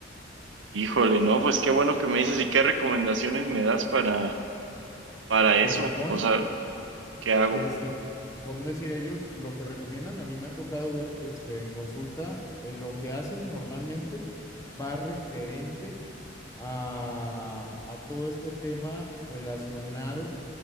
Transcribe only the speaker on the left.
Se supone,
este, por un decir ellos, lo que recomiendan, a mí me ha tocado ver, este, en consulta, eh, lo que hacen normalmente va referente a, a todo este tema relacionado